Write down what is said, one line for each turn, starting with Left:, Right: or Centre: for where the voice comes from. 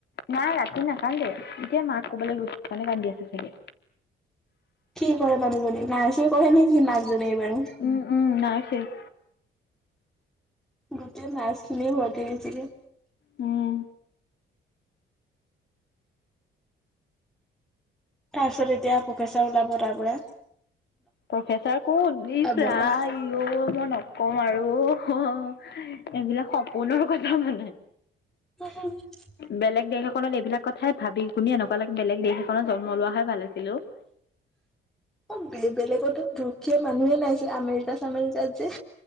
Left: নাই, ৰাতি নাকান্দে। ‌ এতিয়া মাক ক'ৰবালৈ গৈছে, সেইকাৰণে কান্দি আছে চাগে।
Centre: কি কৰে মানুহজনী, নাৰ্চিং কৰে নেকি, মাকজনী এই বাৰু?
Left: উম, উম, নাৰ্চিং।
Centre: গোটেই নাৰ্চখিনি ভৰ্তি হৈছেগে।
Left: উম।
Centre: তাৰপিছত এতিয়া, প্ৰফেচাৰ ওলাব তাৰপৰা।
Left: প্ৰফেচাৰ কোন? ইছ
Centre: বৰা।
Left: ৰাম! ইয় মই ন কম আৰু অ' এইবিলাক সপোনৰ কথা মানে।
Centre: <unintelligible>
Left: বেলেগ দেশ এখনত এইবিলাক কথাই ভাবি-শুনিয়ে, এনেকুৱা লাগে, বেলেগ দেশ এখনত জন্ম লোৱাহে ভাল আছিলে, অ'।
Centre: অ' বেলেগতো দুখীয়া মানুহে, নাইছিলে, আমেৰিকা-চামেৰিকাত যে।